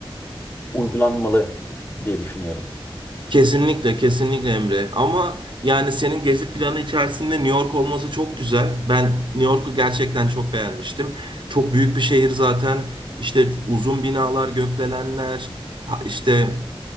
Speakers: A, on the left; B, on the right.
A: uygulanmalı diye düşünüyorum.
B: Kesinlikle, kesinlikle Emre. Ama yani senin gezi planı içerisinde New York olması çok güzel. Ben New York'u gerçekten çok beğenmiştim. Çok büyük bir şehir zaten. İşte uzun binalar, gökdelenler, ha- işte